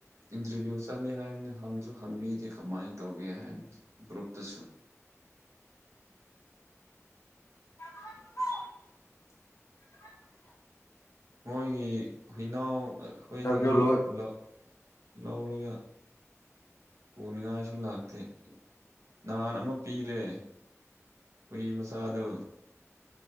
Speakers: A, on the right; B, on the left.
A: ꯏꯟꯇ꯭ꯔꯚꯤꯌꯨ ꯆꯠꯂꯦ ꯍꯥꯏꯕꯅꯤ ꯍꯪꯁꯨ ꯍꯪꯕꯤꯗꯦ ꯀꯃꯥꯏꯅ ꯇꯧꯒꯦ ꯍꯥꯏꯕ ꯒ꯭ꯔꯨꯞꯇꯁꯨ
B: <unintelligible>
A: ꯃꯣꯏꯒꯤ ꯍꯨꯏꯅꯥꯎ ꯑꯩꯈꯣꯏꯗꯒꯤ
B: ꯏꯟꯇꯔꯚꯤꯌꯨ ꯂꯣꯏ
A: ꯂꯧ ꯂꯧꯔꯒ ꯄꯨꯅꯤꯡꯉꯥꯏꯁꯨ ꯂꯥꯛꯇꯦ ꯅꯍꯥꯟ ꯑꯃ ꯄꯤꯔꯦ ꯍꯨꯏ ꯃꯆꯥꯗꯨ